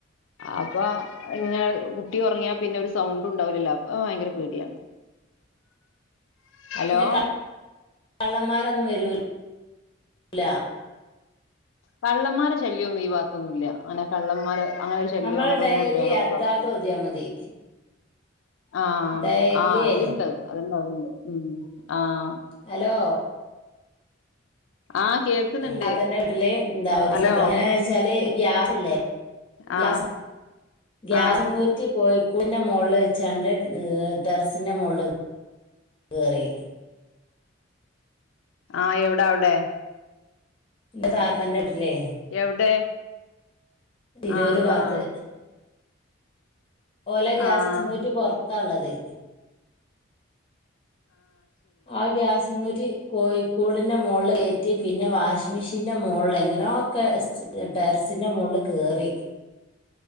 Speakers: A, on the left; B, on the left.
A: അപ്പൊ ഇങ്ങനെ കുട്ടി ഉറങ്ങിയാ പിന്നെ ഒരു സൗണ്ട് ഉണ്ടാവൂലല്ലോ? അപ്പ വയങ്കര പേടിയാണ് <inaudible> ഹലോ
B: പിന്നെ ക കള്ളന്മാരൊന്നും വരൂല
A: കള്ളന്മാരെ ശല്യമൊന്നും ഈ ഭാത്തൊന്നു ഇല്ല അങ്ങനെ കള്ളന്മാര് അങ്ങനെ ഒരു ശല്യോ
B: നമ്മൾ
A: അങ്ങനെ
B: ഡെയിലി
A: ഒന്നുല്ല ഞങ്ങളെ
B: അദ്ദാതെ
A: ഈ ഭാഗത്തൊന്നും
B: ഓതിയാ മതി
A: ആഹ്
B: ഡെയിലി
A: ആഹ് അത്ണ്ട് അത്ണ്ടാവും ഉം ആഹ്
B: ഹലോ
A: ആഹ് കേൾക്കുന്നുണ്ട്
B: താത്തന്റെ വീട്ടില് എന്താ ഒരു
A: ഹലോ
B: എങ്ങനെച്ചാല് ഗ്യാസ്ല്ലേ ഗ്യാസ്
A: ആഹ്
B: ഗ്യാസ്
A: ആഹ്
B: കുറ്റി കോഴിക്കൂടിൻ്റെ മോളിൽ വെച്ചാണ്ട് ടെർസിൻ്റെ മോളിൽ കേറി
A: ആഹ് എവിടെ അവിടെ?
B: ഇന്റെ താത്തന്റെ വീട്ടില്ലേ
A: എവിടെ
B: തിരൂര്
A: ആഹ്
B: ബാത്ത്
A: ആഹ്
B: ഓലെ ഗ്യാസും
A: ആഹ്
B: കുറ്റി പൊറത്താള്ളത് ആഹ് ഗ്യാസ്കുറ്റി കോഴിക്കൂടിന്റെ മോളില് കേറ്റി പിന്നെ വാഷിംഗ് മെഷീന്റെ മോളിൽ എങ്ങനൊക്കെ ടെർസിന്റെ മോളിൽ കേറി